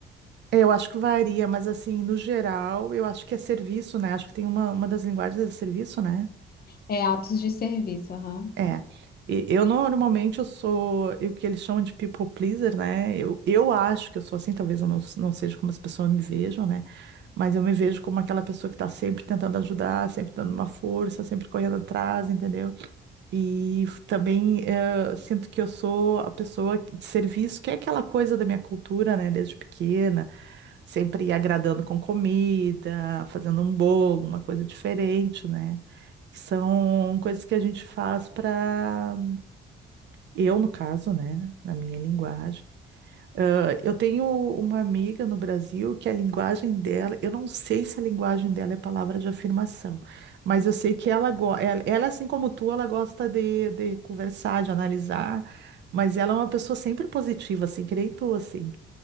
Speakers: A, on the right; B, on the left.
A: É, eu acho que varia, mas assim, no geral, eu acho que é serviço, né? Acho que tem uma, uma das linguagens é serviço, né?
B: é, atos de serviço, aham.
A: É, E- eu normalmente eu sou o que eles chamam de people pleaser, né? Eu, eu acho que eu sou assim, talvez eu não, não seja como as pessoas me vejam, né? Mas eu me vejo como aquela pessoa que tá sempre tentando ajudar, sempre dando uma força, sempre correndo atrás, entendeu? E f- também eh, sinto que eu sou a pessoa de serviço, que é aquela coisa da minha cultura, né? Desde pequena, sempre agradando com comida, fazendo um bolo, uma coisa diferente, né? são coisas que a gente faz para eu, no caso, né, na minha linguagem. Ah, Eu tenho uma amiga no Brasil que a linguagem dela, eu não sei se a linguagem dela é palavra de afirmação, mas eu sei que ela, go- ela, ela, assim como tu, ela gosta de, de conversar, de analisar, mas ela é uma pessoa sempre positiva, assim, que nem tu, assim.